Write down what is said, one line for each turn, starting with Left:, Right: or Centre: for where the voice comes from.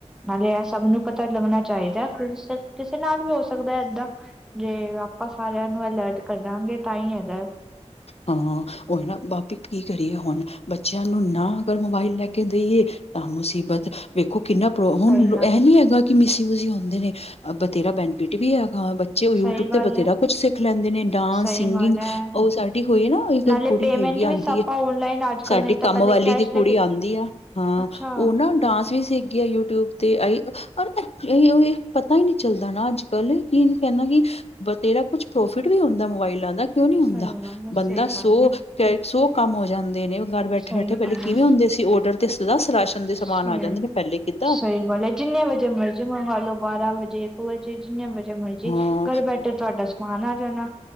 Centre: ਨਾਲੇ ਇਹ ਸਭ ਨੂੰ ਪਤਾ ਲੱਗਣਾ ਚਾਹੀਦਾ। ਕਿਸੇ ਨਾਲ ਵੀ ਹੋ ਸਕਦਾ ਏਦਾਂ। ਜੇ ਆਪਾਂ ਸਾਰਿਆਂ ਨੂੰ ਅਲਰਟ ਕਰਾਂਗੇ ਤਾਂ ਹੀ ਹੈਗਾ।
Left: ਹਾਂ ਉਹੀ ਨਾ ਬਾਕੀ ਕੀ ਕਰੀਏ ਹੁਣ ਬੱਚਿਆਂ ਨੂੰ ਨਾ ਅਗਰ ਮੋਬਾਇਲ ਲੈ ਕੇ ਦੇਈਏ ਤਾਂ ਮੁਸੀਬਤ ਵੇਖੋ ਕਿੰਨਾ ਪ੍ਰੋ ਹੁਣ
Centre: ਸਹੀ ਗੱਲ।
Left: ਇਹ ਨੀ ਹੈਗਾ ਕਿ ਮਿਸਯੂਜ ਹੀ ਹੁੰਦੇ ਨੇ ਤੇ ਬਥੇਰਾ ਬੈਨੀਫਿਟ ਵੀ ਹੈਗਾ ਬ- ਬੱਚੇ ਉਹ ਯੂਟਿਊਬ
Centre: ਸਹੀ ਗੱਲ
Left: ਤੇ ਬਥੇਰਾ
Centre: ਹੈ,
Left: ਕੁਛ ਸਿੱਖ ਲੈਦੇ ਨੇ ਡਾਂਸ,
Centre: ਸਹੀ
Left: ਸਿੰਗਿੰਗ
Centre: ਗੱਲ ਹੈ,
Left: ਉਹ ਸਾ- ਹੋਈ ਨਾ ਉਹ ਇੱਕ
Centre: ਨਾਲੇ
Left: ਕੁੜੀ
Centre: ਪੇਮੈਂਟ
Left: ਹੈਗੀ ਆਦੀ
Centre: ਵੀ ਆਪਾਂ
Left: ਐ
Centre: ਔਨਲਾਈਨ ਅੱਜ
Left: ਸਾਡੀ
Centre: ਕੱਲ ਨਹੀਂ ਤਾਂ
Left: ਕੰਮ
Centre: ਪਹਿਲੇ
Left: ਵਾਲੀ
Centre: ਕੈਸ਼
Left: ਦੀ ਕੁੜੀ
Centre: ਲੈ ਕੇ
Left: ਆਦੀ ਆ। ਹਾਂ
Centre: ਅੱਛਾ।
Left: ਉਹ ਨਾ ਡਾਸ ਵੀ ਸੀਗੀ ਆ ਯੂ- ਟਿਊਬ ਤੇ ਆਈ ਉਹੀ ਉਹੀ ਇਹ ਪਤਾ ਈ ਨੀ ਚੱਲਦਾ ਨਾ ਅੱਜ-ਕੱਲ੍ਹ ਕੀ ਕਹਣਾ ਕਿ ਬਥੇਰਾ ਕੁਝ ਪ੍ਰੋਫਿਤ ਵੀ ਹੁੰਦਾ ਮੋਬਾਈਲਾਂ ਦਾ। ਕਿਉ ਨੀ
Centre: ਸਹੀ
Left: ਹੁੰਦਾ
Centre: ਗੱਲ ਹੈ,
Left: ਬੰਦਾ
Centre: ਸਹੀ
Left: ਸੌ
Centre: ਗੱਲ ਹੈ,
Left: ਕ ਸੌ ਕੰਮ ਹੋ ਜਾਂਦੇ ਨੇ। ਘਰ ਬੈਠੇ-ਬੈਠੇ
Centre: ਸਹੀ
Left: ਪਹਿਲੇ
Centre: ਗੱਲ
Left: ਕਿਵੇ
Centre: ਹੈ,
Left: ਹੁੰਦੇ ਸੀ ਔਡਰ ਤੇ ਸ ਦਸ ਰਾਸ਼ਨ ਦੇ
Centre: ਸਹੀ।
Left: ਸਮਾਨ ਆ ਜਾਂਦੇ ਨੇ ਪਹਿਲੇ ਕਿੱ-
Centre: ਸਹੀ ਗੱਲ ਐ। ਜਿੰਨੇ ਵਜੇ ਮਰਜ਼ੀ ਮੰਗ ਲਓ ਬਾਰਾਂ ਵਜੇ, ਇੱਕ ਵਜੇ ਜਿੰਨੇ ਵਜੇ ਮਰ- ਜੀ
Left: ਹਾਂ
Centre: ਘਰ ਬੈਠੇ ਤੁਹਾਡਾ ਸਮਾਨ ਆ ਜਾਣਾ।